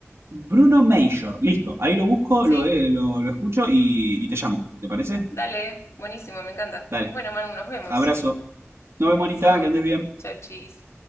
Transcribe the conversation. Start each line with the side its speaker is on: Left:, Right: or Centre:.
Right: Bruno Major. Listo. Ahí lo busco,
Left: Sí,
Right: lo, eh, lo, lo escucho y, y te llamo. ¿Te parece?
Left: dale, buenísimo, me encanta.
Right: Dale.
Left: Bueno, Manu, nos vemos.
Right: Abrazo. Nos vemos,
Left: Beso.
Right: Anita, que andes bien.
Left: Chau, chis.